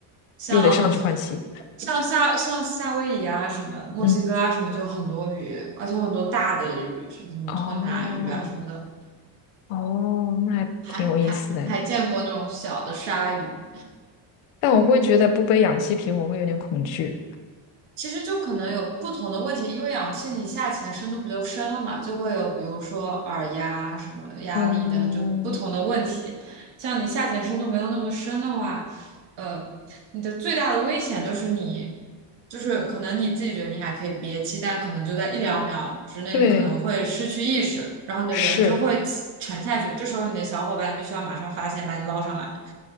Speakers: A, on the right; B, on the left.
A: 像
B: 又得上去换气。
A: 像夏像夏威夷啊、什么墨西哥啊、
B: 嗯，
A: 什么，就很多鱼，而且很多大的鱼，什么吞拿鱼啊什么的。
B: 哦，哦，那还挺有意思的哎。
A: 还还还见过那种小的鲨鱼，
B: 但我会觉得不背氧气瓶，我会有点恐惧。
A: 其实就可能有不同的问题，因为氧气你下潜的深度不就深了嘛，就会有比如说耳压什么压力的就不同的问题。
B: 哦，
A: 像你下潜深度没有那么深的话，呃，你的最大的危险就是你，就是可能你自己觉得你还可以憋气，但可能就在一两秒之内，
B: 对，
A: 你可能会失去意识，然后你的人就会沉下去，
B: 是，
A: 这时候你的小伙伴必须要马上发现把你捞上来。